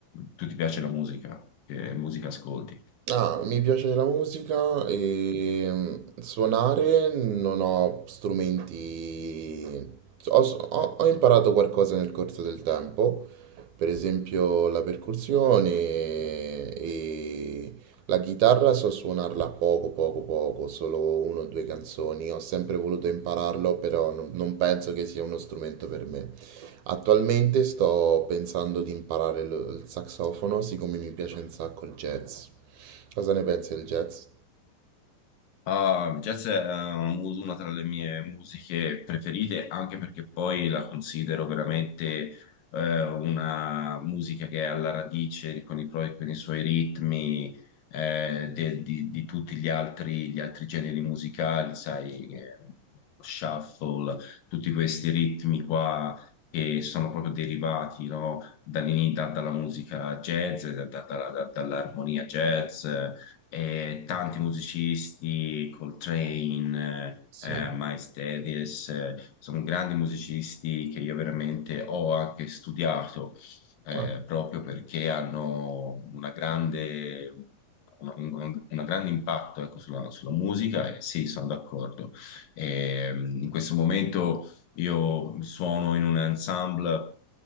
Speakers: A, on the left; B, on the right.
A: Tu ti piace la musica? Che musica ascolti?
B: Ah, mi piace la musica e mm, suonare non ho strumenti... Ho, s- ho- ho imparato qualcosa nel corso del tempo, per esempio la percussione e la chitarra so suonarla poco, poco, poco, solo uno o due canzoni. Ho sempre voluto impararlo, però non non penso che sia uno strumento per me. Attualmente sto pensando di imparare lo- il saxofono, siccome mi piace un sacco il jazz. Cosa ne pensi del jazz?
A: Ah, jazz è eh, mu- una tra le mie musiche preferite, anche perché poi la considero veramente eh, una musica che è alla radice con i, pro- con i suoi ritmi eh, de- di, di tutti gli altri, gli altri generi musicali, sai, eh, shuffle, tutti questi ritmi qua che sono proprio derivati, no, dall'ini- da- dalla musica jazz, da- da- da- da- dall'armonia jazz eh, tanti musicisti, Coltrane,
B: Sì.
A: eh, eh, Miles Davis, eh, sono grandi musicisti che io veramente ho anche studiato, eh,
B: Ah,
A: proprio perché hanno una grande, una- un, un grande impatto, ecco, sulla, sulla musica, e sì, sono d'accordo. Ehm, in questo momento io suono in un ensemble,